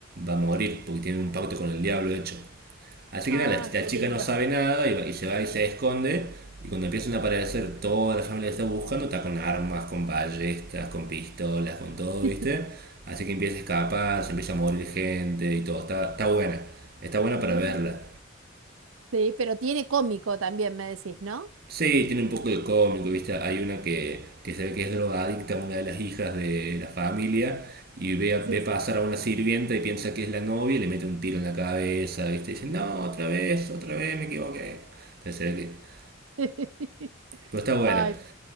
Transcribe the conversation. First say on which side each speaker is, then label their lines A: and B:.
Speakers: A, on the right; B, on the right.
A: va a morir, porque tiene un pacto con el diablo hecho. Así
B: Ah,
A: que nada, la,
B: qué
A: la chica
B: lindo.
A: no sabe nada y, y se va y se esconde. Y cuando empiezan a aparecer toda la familia que está buscando, está con armas, con ballestas, con pistolas, con todo,
B: <laughs>
A: ¿viste? Así que empieza a escapar, se empieza a morir gente y todo. Está, está buena, está buena
B: Mm,
A: para verla.
B: Sí, pero tiene cómico también, me decís, ¿no?
A: Sí, tiene un poco de cómico, ¿viste? Hay una que, que se ve que es drogadicta, una de las hijas de la familia, y ve, a-
B: Sí,
A: ve pasar
B: sí.
A: a una sirvienta y piensa que es la novia y le mete un tiro en la cabeza, ¿viste? Y dice, no, otra vez, otra vez, me equivoqué. Entonces se ve que...
B: <laughs>
A: Pero está buena.
B: Ay,